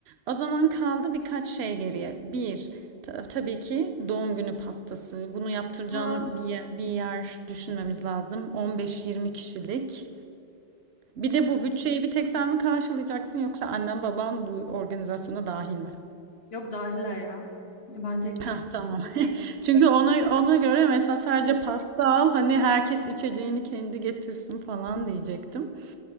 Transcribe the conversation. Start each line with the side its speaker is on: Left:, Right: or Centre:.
Right: O zaman kaldı birkaç şey geriye. Bir, ta- tabii ki doğum günü pastası. Bunu yaptıracağın
Left: Onlar-
Right: bir yer, bir yer düşünmemiz lazım. 15-20 kişilik. Bir de bu bütçeyi bir tek sen mi karşılayacaksın yoksa annem babam bu organizasyona dahil mi?
Left: Yok dahiller ya. Ben tek
Right: Hah,
Left: başıma
Right: tamam.
Left: giderim.
Right: <laughs> Çünkü ona ona göre mesela sadece pasta al, hani herkes içeceğini kendi getirsin falan diyecektim.